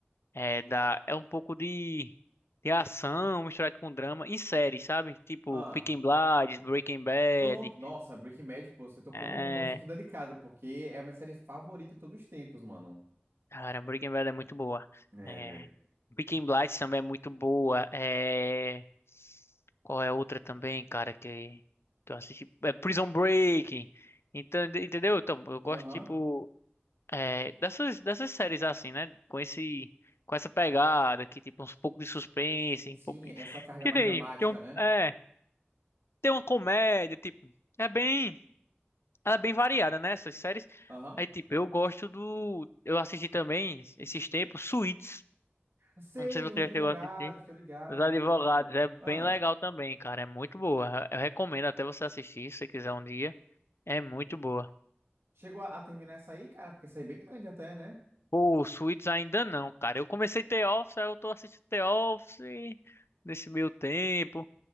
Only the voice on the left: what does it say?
é, da, é um pouco de, de ação misturado com drama em série, sabe? Tipo
Peaky Blinders, Breaking Bad.
É...
Cara, Breaking Bad é muito boa.
É...
Peaky Blinders também é muito boa. É... Qual é a outra também, cara, que, que eu assisti? É Prison Break. Entende- Entendeu? Então, eu gosto,
tipo. É, dessas, dessas séries assim, né? Com esse, com essa pegada que tipo uns pouco de suspense, um
pouco de-
que
tem,
tem um,
é, tem uma comédia, tipo, é bem, ela é bem variada, né? Essas séries.
Aí tipo, eu gosto do, eu assisti também esses tempos Suits.
Não sei se
você
já chegou a assistir.
Os Advogados
é bem
legal também, cara. É muito boa. Eu recomendo até você assistir se você quiser um dia. É muito boa.
Pô, Suits ainda não, cara. Eu comecei The Office, aí eu tô assistindo The Office nesse meio tempo.